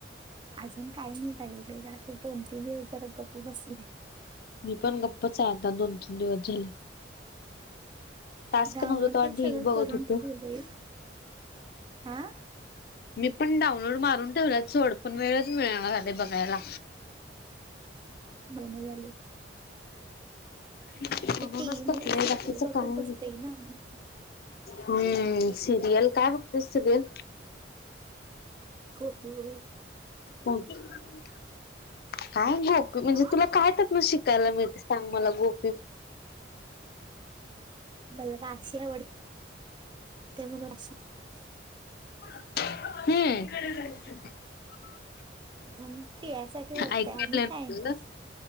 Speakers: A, on the right; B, on the left.
A: अजून काही नाही पाहिले जसं दोन तीन दिवस जरा गप्प बसले.
B: मी पण गप्पच आहे आता दोन तीन दिवस झाले. टास्क
A: डाउनलोड
B: नव्हतं तेव्हा
A: ते
B: ढीग
A: सगळं
B: बघत
A: करून
B: होतो
A: ठेवलंय हां.
B: मी पण डाऊनलोड मारून ठेवलाय सोड पण वेळच मिळेना झाले बघायला.
A: जेवणं झाले.
B: म्हणूनच
A: ते टीव्ही
B: करते
A: मध्ये सिरियल
B: मी बाकीचा
A: बघत
B: काय नाय.
A: बसतोय ना मग
B: हम्म सिरियल काय बघतेस सिरियल?
A: गोपी बहू
B: हम्म काय गोपी म्हणजे
A: आ
B: तुला काय त्यातनं शिकायला मिळते. सांग मला गो
A: बला राशी आवडते. <unintelligible>
B: हम्म.
A: आम्ही त्यासाठी बघतय
B: ऐकू
A: आणि
B: आलं ना
A: काय नाही.
B: तुझं